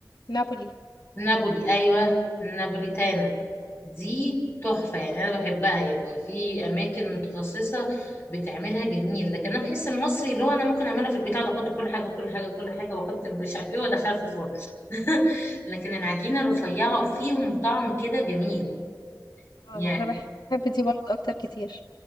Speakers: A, on the left; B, on the left.
A: نابولي
B: نابولي ايوه النابوليتانا دي تحفه يعني انا بحبها يعني في اماكن متخصصه بتعملها جميل لكن انا بحس المصري اللي هو انا ممكن اعملها في البيت اقعد احط كل حاجه كل حاجه كل حاجه واحط مش عارف ايه وادخلها في الفرن <laughs> لكن العجينه رفيعه وفيهم طعم كده جميل
A: اه
B: يعني
A: انا بحب دي برضه اكتر كتير